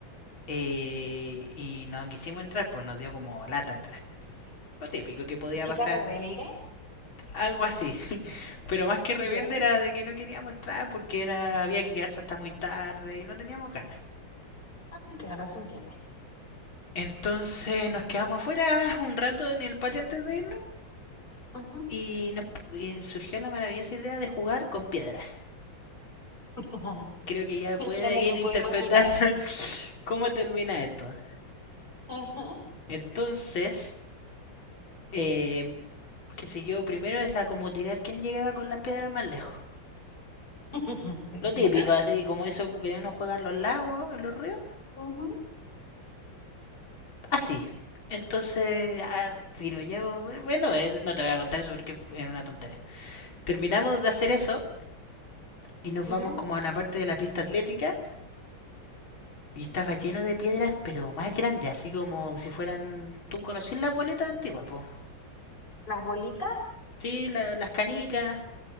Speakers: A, on the left; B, on the left.
A: Eh, y nos quisimos entrar, pues nos dio como lata entrar. Lo típico que podía
B: ¿Chica
A: pasar,
B: rebelde?
A: algo así. Pero más que rebelde
B: ¿Ya?
A: era de que no queríamos entrar porque era había que quedarse hasta muy tarde y no teníamos ganas.
B: Ah, claro, se entiende.
A: Entonces nos quedamos afuera un rato en el patio antes de irnos
B: Ujú.
A: y nos y surgió la maravillosa idea de jugar con piedras.
B: <laughs>
A: Creo que ya puede
B: Ya me
A: ir
B: lo puedo
A: interpretando
B: imaginar.
A: <laughs> cómo termina esto.
B: Ajá.
A: Entonces, eh, qué sé yo, primero era como tirar quién llegaba con las piedras más lejos.
B: <laughs>
A: Lo típico,
B: ¿Ya?
A: así como eso que uno juega en los lagos, en los ríos.
B: Ujú.
A: Así. Entonces, ah, tiro yo. Bueno, eh, no te voy a contar eso porque era una tontera. Terminamos de hacer eso y nos
B: ¿Ya?
A: vamos como a la parte de la pista atlética y estaba lleno de piedras, pero más grandes, así como si fueran. ¿Tú conocís las boletas antiguas, po?
B: ¿Las bolitas?
A: Sí, la- las canicas.